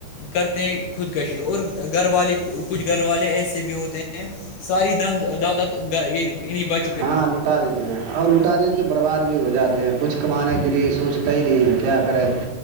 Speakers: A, on the left; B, on the right.
A: کرتے ہیں خودکشی اور گھر والے کچھ گھر والے ایسے بھی ہوتے ہیں ساری دند عدالت عع بچ
B: ہاں لوٹا دیتے اور لٹا دیتے ہیں برباد بھی ہو جاتے ہیں کچھ کمانے کے لیے سوچتا ہی نہیں ہے کیا کریں